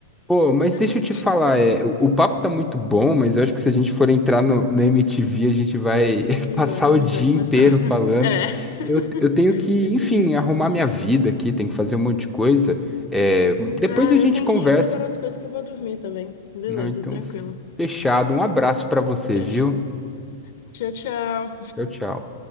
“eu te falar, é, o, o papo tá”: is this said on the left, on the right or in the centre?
Centre